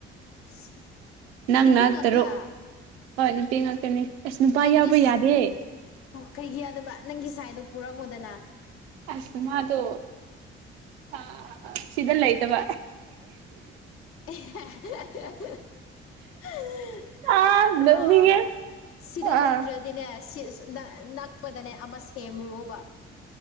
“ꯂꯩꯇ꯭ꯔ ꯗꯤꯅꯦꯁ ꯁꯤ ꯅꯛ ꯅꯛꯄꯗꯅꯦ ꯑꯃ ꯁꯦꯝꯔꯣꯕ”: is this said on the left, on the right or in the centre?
Left